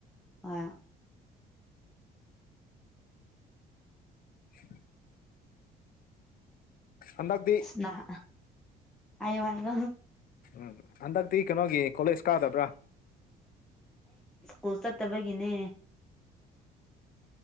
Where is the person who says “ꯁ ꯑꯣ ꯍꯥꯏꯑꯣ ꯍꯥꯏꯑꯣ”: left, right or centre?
Centre